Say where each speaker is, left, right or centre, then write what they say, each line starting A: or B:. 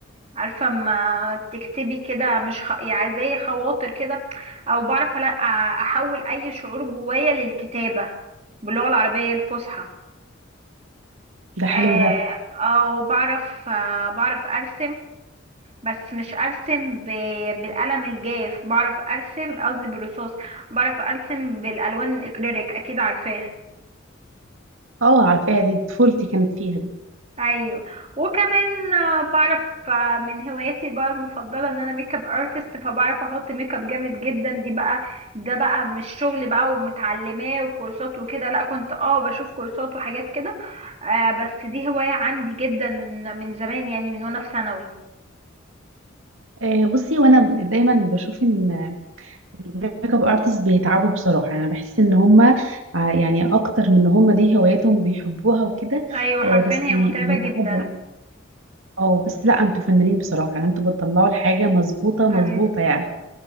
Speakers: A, on the right; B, on the right.
A: عارفة ما تكتبي كده مش خ... يعني زي خواطر كده او بعرف ألا- احول اي شعور جوايا للكتابة باللغة العربية الفصحى
B: ده
A: آه،
B: حلو ده
A: او بعرف آه، بعرف ارسم بس مش ارسم ب... بالقلم الجاف بعرف ارسم قصدي بالرصاص بعرف ارسم بالالوان الاكريليك اكيد عارفاها
B: اه عارفاها دي طفولتي كانت فيها دي
A: ايوه وكمان آه، بعرف آه، من هواياتي بقى المفضله ان انا ميك اب ارتست فبعرف احط ميك اب جامد جدا دي بقى ده بقى مش شغل بقى ومتعلماه وكورسات وكده لا كنت اه بشوف كورسات وحاجات كده آه بس دي هوايه عندي جدا من من زمان يعني من وانا في ثانوي
B: آه بصي وانا دايما بشوف ان الميك اب ارتست بيتعبوا بصراحه انا بحس ان هما آه، يعني اكتر من ان هما دي هواياتهم وبيحبوها وكده
A: ايوه
B: آه
A: حرفيا
B: بس
A: هي متعبه
B: بيتعبوا
A: جدا
B: اه بس لا انتوا فنانين بصراحة يعني انتوا بتطلعوا الحاجة مظبوطة
A: حبيبتي
B: مظبوطة يعني